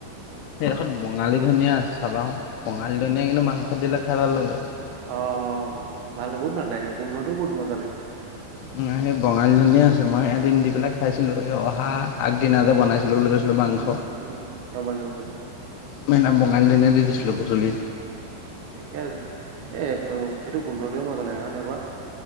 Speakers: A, on the left; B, on the right.
A: সেইডোখত বঙালী ধনিয়া আছে চাবাচোন, বঙালী ধনিয়া কিন্তু মাংস দিলে খাই ভাল লাগে আৰু।
B: অ', ভাল বহুত ভাল লাগে, গোন্ধটোও বহুত মজা লাগে।
A: উম সেই বঙালী ধুনিয়া আছে মই এদিন দি পেলাই খাইছিলো, এই অহা আগদিনা যে বনাইছিলো বুলি কৈছিলো মাংস
B: উম উম উম গম পাইছো গম পাইছো
A: মই বঙালী ধনিয়ায দি দিছিলোঁ বুটলি।
B: ঠিকে আছে, সেইটো গোন্ধটোোৱে মজা লাগে হয় নে নহয় কোৱা।